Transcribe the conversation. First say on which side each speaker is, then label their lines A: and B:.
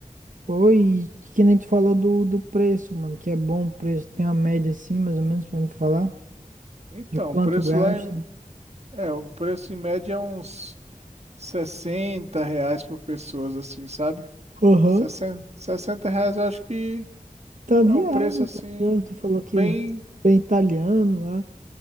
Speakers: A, on the right; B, on the right.
A: Oi, que nem tu falou do, do preço, mano, que é bom o preço. Tem uma média assim, mais ou menos, pra me falar?
B: Então,
A: De quanto
B: o preço
A: gasta?
B: lá em- é, o preço em média é uns 60 reais por pessoas, assim, sabe?
A: Aham.
B: sessenta 60 reais eu acho que
A: Tá viável,
B: é o preço assim,
A: tá viável. Tu falou que
B: bem.
A: bem italiano lá.